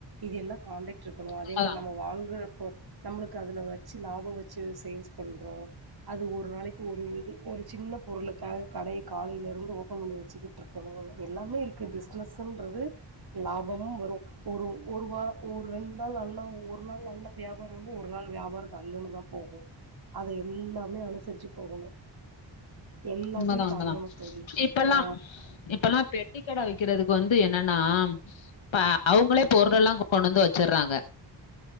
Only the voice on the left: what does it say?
உண்மதான்,
உண்மதா உண்மதா
இப்பல்லா
இப்பல்லா பெட்டிக்கட வெக்குறதுக்கு வந்து என்னன்ன நா இப்ப அவுங்களே பொருளெல்லா கொண்டு வந்து வச்சுருறாங்க